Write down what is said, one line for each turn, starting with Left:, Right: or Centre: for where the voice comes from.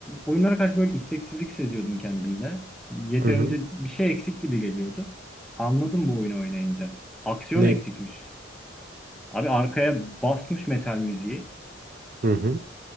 Centre: oyunlara karşı böyle isteksizlik seziyordum kendimde. Yeterince
Right: Hı hı.
Centre: bir şey eksik gibi geliyordu. Anladım bu oyunu oynayınca. Aksiyon
Right: Ne?
Centre: eksikmiş. Abi arkaya basmış metal müziği.
Right: Hı hı.